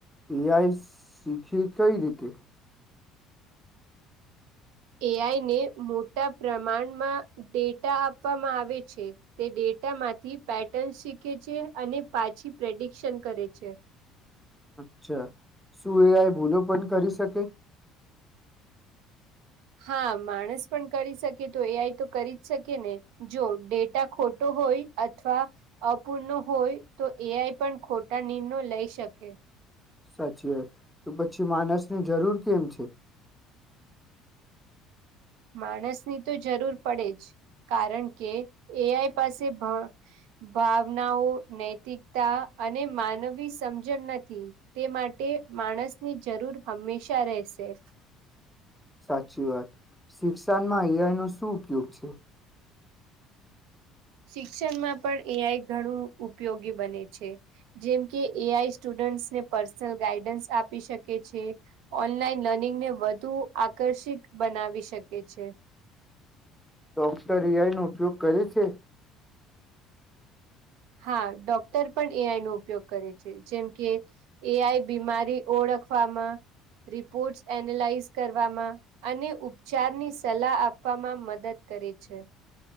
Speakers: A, in the centre; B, on the right.
A: એ આઈ શીખી કઈ રીતે?
B: એ આઈને મોટા પ્રમાણમાં ડેટા આપવામાં આવે છે, તે ડેટામાંથી પેટર્ન્સ શીખે છે અને પાછી પ્રેડિકશન કરે છે.
A: અચ્છા. શું એ આઈ ભૂલો પણ કરી શકે?
B: હા માણસ પણ કરી શકે તો એ આઈ તો કરી જ શકે ને, જો ડેટા ખોટો હોય અથવા અપૂર્ણ હોય તો એ આઈ પણ ખોટા નિર્ણયો લઈ શકે.
A: સાચી વાત, તો પછી માનસની જરૂર કેમ છે?
B: માણસની તો જરૂર પડે જ, કારણ કે, એ આઈ પાસે ભ ભાવનાઓ, નૈતિકતા અને માનવી સમજણ નથી, તે માટે માણસની જરૂર હંમેશા રહેશે.
A: સાચી વાત. શિક્ષણમાં એ આઈ નો શું ઉપયોગ છે?
B: શિક્ષણમાં પણ એ આઈ ઘણું ઉપયોગી બને છે, જેમ કે એ આઈ સ્ટુડન્ટ્સને પર્સનલ ગાઈડન્સ આપી શકે છે, ઓનલાઈન લર્નિંગને વધુ આકર્ષિત બનાવી શકે છે.
A: ડોક્ટર એ આઈ નો ઉપયોગ કરે છે?
B: હા ડોક્ટર પણ એ આઈ નો ઉપયોગ કરે છે, જેમ કે એઆઈ બીમારી ઓળખવામાં, રિપોર્ટ એનેલાઈઝ કરવામાં, અને ઉપચારની સલાહ આપવામાં મદદ કરે છે.